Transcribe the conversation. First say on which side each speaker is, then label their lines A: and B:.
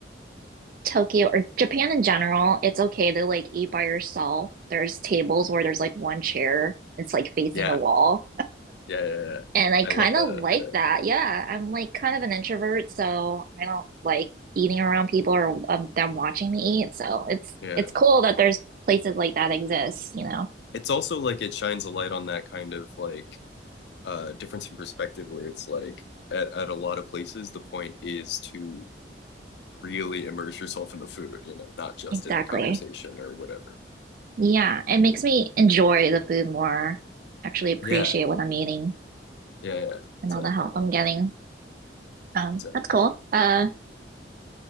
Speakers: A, on the right (about 50°); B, on the left (about 65°).
A: Tokyo or Japan in general, it's okay to like eat by yourself. There's tables where there's like one chair, it's like facing
B: yeah
A: the wall.
B: yeah yeah yeah
A: And I
B: I
A: kind
B: love that
A: of like
B: yeah
A: that. Yeah, I'm like kind of an introvert, so I don't like eating around people or um, them watching me eat. So it's
B: yeah
A: it's cool that there's places like that exist, you know.
B: it's also like it shines a light on that kind of like uh difference in perspective where it's like at, at a lot of places the point is to really immerse yourself in the food, you know, not just
A: Exactly.
B: in the conversation or whatever.
A: Yeah, it makes me enjoy the food more, actually appreciate
B: Yeah,
A: what I'm eating
B: yeah, yeah,
A: and
B: exactly,
A: all the help I'm getting. Um,
B: exactly.
A: that's cool. Uh,